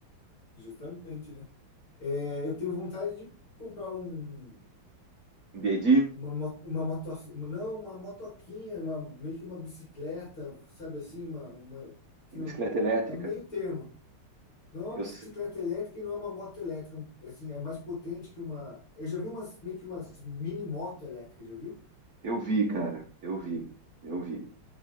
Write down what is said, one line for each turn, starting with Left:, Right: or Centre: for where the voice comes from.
Left: justamente, né? É, eu tenho vontade de comprar um,
Right: BD,
Left: uma, mo- uma moto, não, uma motoquinha, uma, meio que uma bicicleta, sabe assim, uma, uma- que
Right: bicicleta
Left: não,
Right: elétrica.
Left: é um meio termo. Não é uma
Right: Eu,
Left: bicicleta elétrica e não é uma moto elétrica, um- assim, é mais potente que uma. Eu já vi umas, meio que umas mini moto elétrica, já viu?
Right: Eu vi, cara, eu vi, eu vi.